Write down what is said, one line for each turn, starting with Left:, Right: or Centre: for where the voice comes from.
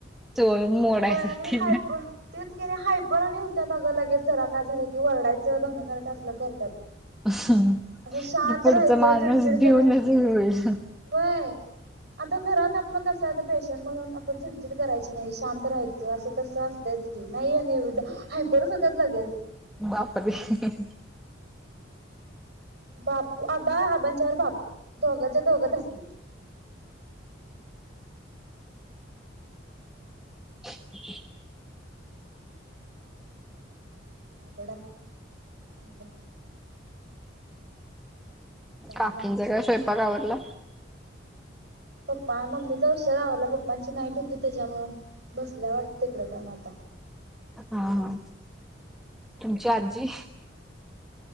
Centre: चोर मोडायसाठी
Right: होय आणि हायप तेच की आणी हायपर आणी हुत्यात. अगं लगेच जरा काय झालं की वरडायचं, दंगा करायचा असलं करत्यात.
Centre: <inaudible>
Right: असं शांत
Centre: पुढचा
Right: राहायचं,
Centre: माणूस
Right: चिडचिड
Centre: भिऊनच
Right: करायचं नाही.
Centre: होईल.
Right: व्हय आता घरात आपलं कसं आहे तर पेशंट म्हणून आपण चिडचिड करायची नाही, शांत राहायचं असं तसं असतय च की नाही आणि एवढं हायपरच होत्याच लगेच.
Centre: बापरे! <inaudible>
Right: बापू, अबा अबांच्यावर बापू. दोघच्या दोघ तसली.
Centre: <inaudible>
Right: अवघड हाय म्हणलं. काय
Centre: काकींचा
Right: मग.
Centre: काय स्वयंपाक आवरला?
Right: पप्पा मम्मीचा उशर आवरला पप्पांची नाईट होती त्याच्यामूळ, बसल्यावाटत तिकड जाऊन आता.
Centre: हा हा. तुमची आजी?